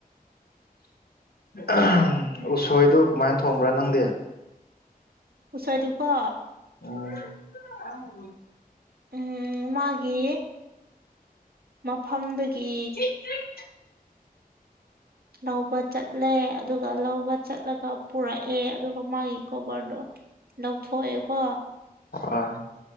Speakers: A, on the left (about 85°); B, on the right (about 85°).
A: ꯎꯝ ꯎꯁꯣꯏꯗꯨ ꯀꯃꯥꯏꯅ ꯊꯣꯡꯕ꯭ꯔꯥ ꯅꯪꯗꯤ
B: ꯎꯁꯣꯏ ꯗꯤꯀꯣ
A: ꯎꯝ
B: ꯎꯝ ꯃꯥꯒꯤ ꯃꯐꯝꯗꯨꯒꯤ
A: <unintelligible>
B: ꯂꯧꯕ ꯆꯠꯂꯦ ꯑꯗꯨꯒ ꯂꯧꯕ ꯆꯠꯂꯒ ꯄꯨꯔꯛꯑꯦ ꯑꯗꯨꯒ ꯃꯥꯒꯤ ꯀꯣꯕꯔꯗꯣ ꯂꯧꯊꯣꯛꯑꯦꯀꯣ
A: ꯑꯣ